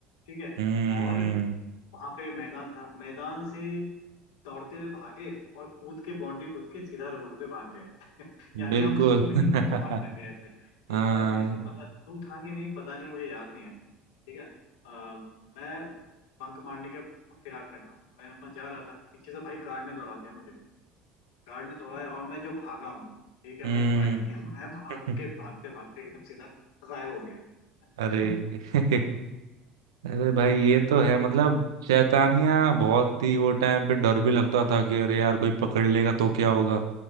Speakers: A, on the left; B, on the right.
A: ठीक है
B: हम्म
A: और वहाँ पे मैदान था मैदान से दौड़ते हुए भागे और कूद के बाउंड्री कूद के सीधा रोड पे भाग गए <laughs> यानी
B: बिल्कुल
A: हम स्कूल
B: <laughs>
A: ही बंक मारते थे ऐसे
B: हाँ
A: एक बार मेरे साथ पता तू था कि नहीं पता नहीं मुझे याद नहीं है ठीक है आ, मैं बंक मारने के फिराक में था मैं अपना जा रहा था पीछे से भाई गार्ड ने दौड़ा दिया मुझे गार्ड ने दौड़ाया और मैं जो भागा हूँ ठीक है
B: हम्म
A: मैं रुका ही नहीं <laughs> मैं भाग
B: <laughs>
A: के भागते भागते एकदम सीधा गायब हो गया
B: अरे
A: <laughs>
B: <laughs> अरे भाई ये तो है मतलब शैतानियां बहुत ही वो टाइम पे डर भी लगता था कि अरे यार कोई पकड़ लेगा तो क्या होगा